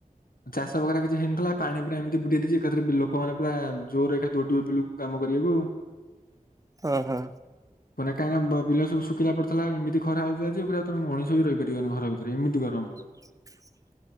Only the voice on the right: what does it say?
ହୁଁ ହୁଁ।
<inaudible>